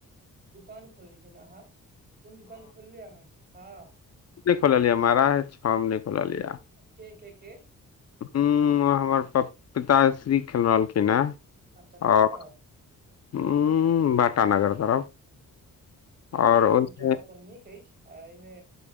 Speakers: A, on the right; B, on the left.
A: दुकान खोलखिन अहा कोन दुकान खोललियै अहाँ हँ
B: के खोलिय महराज हम नय खोललिय
A: के के के
B: हुँ हमर प पिताश्री खेल रहलखिन हन
A: अच्छा कतऽ
B: आओर हुँम बाटानगर तरफ आओर ओहिमे
A: जगह तऽ नीक अछि आ एहिमे